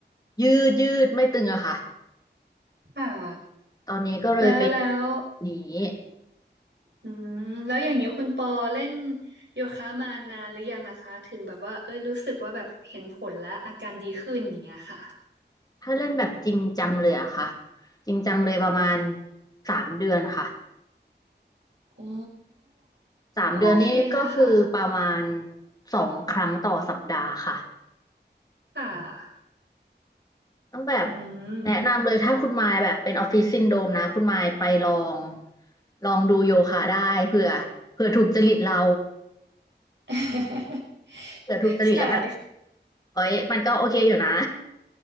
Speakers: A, on the left; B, on the right.
A: ยืดยืดไม่ตึงอะค่ะ
B: ค่ะ
A: ตอนนี้ก็เลยเป็น
B: แล้วแล้ว
A: อันนี้
B: อืมแล้วอย่างนี้คุณปอเล่นโยคะมานานหรือยังนะคะถึงแบบว่าเอ้ยรู้สึกว่าแบบเห็นผลและอาการดีขึ้นอย่างเงี้ยค่ะ
A: ถ้าเล่นแบบจริงจังเลยอะค่ะจริงจังเลยประมาณสามเดือนค่ะ
B: อ๋อ
A: สามเดือนนี้ก็คือประมาณ
B: ก็โอเคนะคะ
A: สองครั้งต่อสัปดาห์ค่ะ
B: ค่ะ
A: ต้องแบบ
B: อื
A: แนะนำเลยถ้าคุณมายแบบเป็นออฟฟิศซินโดรมนะคุณมายไปลอง
B: ม
A: ลองดูโยคะได้เผื่อเผื่อถูกจริตเรา
B: <laughs>
A: เผื่อถูกจริตแล้วแบบ
B: ค่ะ <laughs>
A: เอ้ยมันก็โอเคอยู่นะ